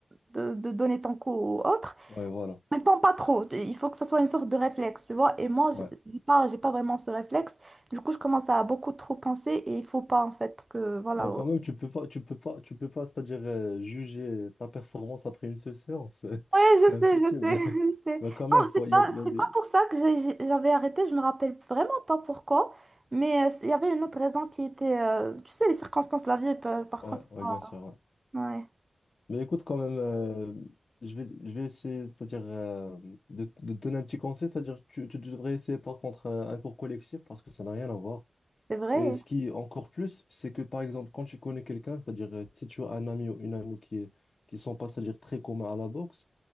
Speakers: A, on the right; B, on the left.
A: de, de donner ton coup aux autres.
B: Ouais, voilà.
A: En même temps, pas trop. Il faut que ça soit une sorte de réflexe, tu vois. Et moi, j'ai
B: Ouais.
A: j'ai pas, j'ai pas vraiment ce réflexe. Du coup, je commence à beaucoup trop penser et il faut pas, en fait, parce que, voilà.
B: Bah,
A: euh,
B: quand même, tu peux pas, tu peux pas, tu peux pas, c'est-à-dire euh, juger ta performance après une seule séance. <laughs>
A: Ouais,
B: C'est
A: je
B: impossible.
A: sais, je sais,
B: <laughs>
A: <laughs> je sais.
B: Bah, quand même,
A: Non,
B: faut-
A: c'est
B: il
A: pas,
B: y a, il y a
A: c'est
B: des.
A: pas pour ça que j'ai- j'ai- j'avais arrêté. Je me rappelle vraiment pas pourquoi. Mais euh, il y avait une autre raison qui était, euh, tu sais, les circonstances de la vie, pa- parfois,
B: Ouais,
A: c'est
B: ouais,
A: pas...
B: bien sûr. ouais.
A: Ouais,
B: Mais écoute, quand même, euh, je vais, je vais essayer, c'est-à-dire euh, de, de te donner un petit conseil, c'est-à-dire tu, tu devrais essayer par contre euh, un cours collectif parce que ça n'a rien à voir.
A: c'est vrai.
B: Et ce qui est encore plus, c'est que par exemple, quand tu connais quelqu'un, c'est-à-dire euh, si tu as un ami ou une amie qui est, qui sont pas, c'est-à-dire très communs à la boxe,